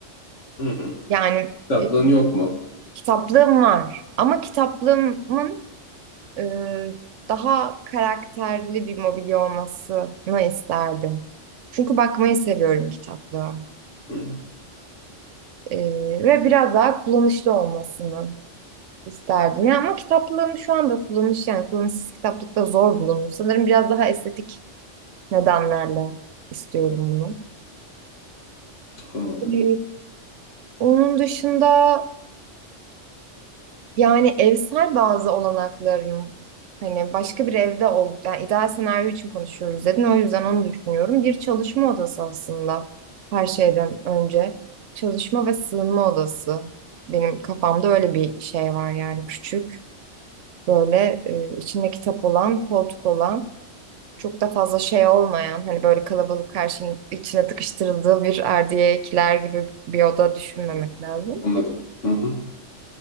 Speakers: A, on the left; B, on the right.
A: Hı hı.
B: Yani
A: Kitaplığın
B: e,
A: yok mu?
B: kitaplığım var. Ama kitaplığımın e, daha karakterli bir mobilya olmasını isterdim. Çünkü bakmayı seviyorum kitaplığa.
A: Hı.
B: E, ve biraz daha kullanışlı olmasını isterdim. Ya ama kitaplığım şu anda kullanış yani kullanışsız kitaplıkta zor bulunur. Sanırım biraz daha estetik nedenlerle istiyorum bunu.
A: Anladım.
B: E, onun dışında Yani evsel bazı olanaklarım hani başka bir evde ol yani ideal senaryo için konuşuyoruz dedin o yüzden onu düşünüyorum. Bir çalışma odası aslında her şeyden önce çalışma ve sığınma odası benim kafamda öyle bir şey var yani küçük böyle e, içinde kitap olan koltuk olan çok da fazla şey olmayan hani böyle kalabalık her şeyin içine tıkıştırıldığı bir erdiye kiler gibi bir oda düşünmemek
A: Hı,
B: lazım.
A: Anladım. Hı hı.